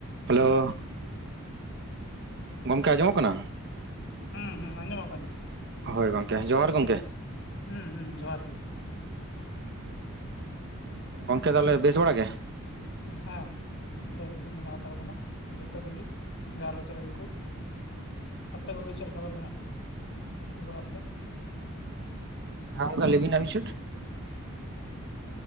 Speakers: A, on the right; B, on the left.
A: Hello, ᱜᱚᱝᱠᱮ ᱟᱸᱡᱚᱢᱚᱜ ᱠᱟᱱᱟ?
B: ᱦᱮᱸ ᱦᱮᱸ ᱟᱡᱚᱢᱚᱜ ᱠᱟᱱ ᱜᱮᱭᱟ।
A: ᱦᱳᱭ ᱜᱚᱝᱠᱮ, ᱡᱚᱦᱟᱨ ᱜᱚᱢᱠᱮ।
B: ᱦᱩᱸ ᱦᱩᱸ ᱡᱚᱦᱟᱨ ᱜᱮ।
A: ᱜᱚᱝᱠᱮ ᱛᱟᱦᱚᱞᱮ ᱵᱮᱥ ᱵᱟᱲᱟ ᱜᱮ?
B: ᱦᱮᱸ, ᱵᱮᱥᱜᱤ ᱢᱮᱱᱟᱜ ᱦᱟᱛᱟᱲ ᱵᱚᱱᱟ, ᱡᱚᱛᱚ ᱠᱚᱜᱮ ᱜᱷᱟᱨᱚᱸᱧᱡᱽ ᱨᱮᱱ ᱠᱳ। ᱟᱯᱮ ᱠᱚᱜᱮ ᱪᱮᱫ ᱞᱮᱠᱟᱵᱷᱟᱯ ᱢᱮᱱᱟᱜ ᱵᱟᱲᱟ ᱯᱮᱭᱟ?
A: ᱦᱮᱸ ᱜᱚᱝᱠᱮ ᱞᱟᱹᱭ ᱵᱤᱱ ᱪᱷᱩᱴ?